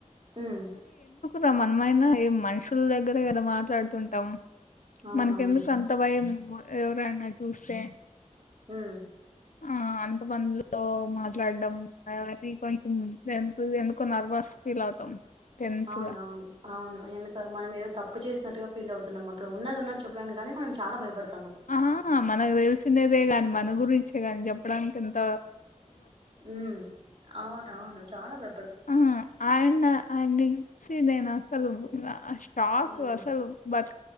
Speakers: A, on the right; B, on the left.
A: ఉమ్
B: రమనమైన ఏ మనుషుల దగ్గర కదా మాట్లాడుతుంటాం
A: అవునవును
B: మనకెందుకు అంత భయం ఎవరైనా చూస్తే
A: ఉం
B: ఆ అంత మందిలో మాట్లాడడం అవీ కొంచం ఎ ఎందుకు నర్వస్ ఫీల్ అవుతాం టెన్స్
A: ఔనవును
B: గా
A: ఔను ఎందుక మనమేదో తప్పు జేసినట్టుగా ఫీలౌ. తున్నమక్కడ ఉన్నదున్నట్టు చెప్పడానిక్ గానీ మనం చాలా భయపడ్
B: ఆ మనక్ దెల్సిండేదే గాన్ మన గురించే గాన్ జెప్ప్. ప్డానికెంత
A: ఉం అవును అవును చాలా ద
B: ఆ అయ అయినించి అసలు స్టాక్
A: ఉమ్
B: అసలు బత్